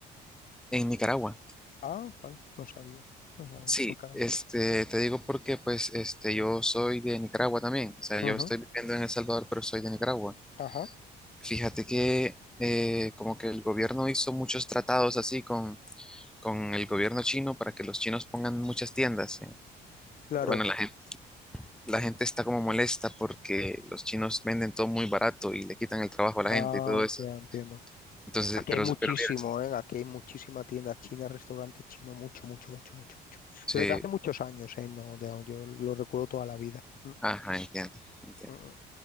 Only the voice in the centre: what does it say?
en Nicaragua.
Sí,
este, te digo porque pues este, yo soy de Nicaragua también, o sea,
yo estoy viviendo en El Salvador, pero soy de Nicaragua.
Fíjate que eh, como que el gobierno hizo muchos tratados así con, con el gobierno chino para que los chinos pongan muchas tiendas. en-
Bueno, la, gen- la gente está como molesta porque los chinos venden todo muy barato y le quitan el trabajo a la
gente y todo eso.
Entonces,
pero,
pero, vieras,
sí,
ajá, entiendo, entiendo.